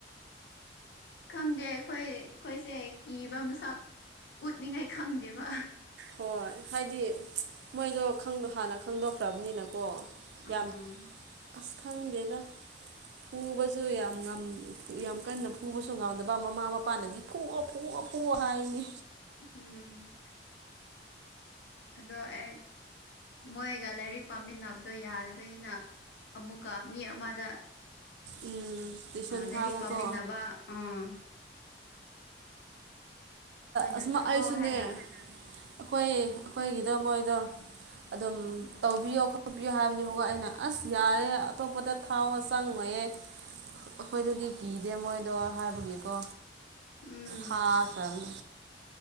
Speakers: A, on the left (about 65°); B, on the right (about 70°).
A: ꯈꯪꯗꯦ ꯑꯩꯈꯣꯏ ꯑꯩꯈꯣꯏꯁꯦ ꯀꯤꯕ ꯃꯁꯛ ꯎꯠꯅꯤꯡꯉꯥꯏ ꯈꯪꯗꯦꯕ
B: ꯍꯣꯏ ꯍꯥꯏꯗꯤ ꯃꯣꯏꯗꯣ ꯍꯥꯟꯅ ꯈꯪꯗꯣꯛꯈ꯭ꯔꯕꯅꯤꯅꯀꯣ
A: ꯎꯝ
B: ꯌꯥꯝ ꯑꯁ ꯈꯪꯗꯦꯗ ꯐꯨꯕꯁꯨ ꯌꯥꯝ ꯌꯥꯝ ꯀꯟꯅ ꯐꯨꯕꯁꯨ ꯉꯝꯗꯕ ꯃꯃꯥ ꯃꯄꯥꯅꯗꯤ ꯐꯑ ꯐꯣꯛꯑ ꯄ ꯍꯥꯏꯅꯤ
A: ꯎꯝ ꯑꯗꯣ ꯑꯩ ꯃꯣꯏꯒ ꯂꯥꯏꯔꯤꯛ ꯄꯥꯃꯤꯟꯅꯕꯗꯣ ꯌꯥꯗꯕꯒꯤꯅ ꯑꯃꯨꯛꯀ ꯃꯤ ꯑꯃꯗ
B: ꯎꯝ ꯇꯨꯏꯁꯟ
A: ꯑꯗꯔꯤ
B: ꯊꯥꯕꯀꯣ
A: ꯄꯥꯝꯃꯤꯗꯕ ꯑꯝ ꯑꯩꯈꯣꯏꯅ
B: ꯑꯁ
A: ꯆꯠꯂꯣ
B: ꯑꯩꯁꯨꯅꯦ
A: ꯍꯥꯏꯅ
B: ꯑꯩꯈꯣꯏ ꯑꯩꯈꯣꯏꯒꯤꯗ ꯃꯣꯏꯗꯣ ꯑꯗꯨꯝ
A: ꯎꯝ
B: ꯇꯧꯕꯤꯌꯣ ꯈꯣꯠꯄꯤ ꯨ ꯍꯥꯏꯕꯅꯦꯕꯀꯣ ꯑꯩꯅ ꯑꯁ ꯌꯥꯔꯦ ꯑꯇꯣꯞꯄꯗ ꯊꯥꯎ ꯆꯪꯉꯌꯦ ꯑꯩꯈꯣꯏꯗꯗꯤ ꯀꯤꯗꯦ ꯃꯣꯏꯗꯣ ꯍꯥꯏꯕꯒꯤꯀꯣ
A: ꯎꯝ
B: ꯍꯥ ꯆꯅꯤ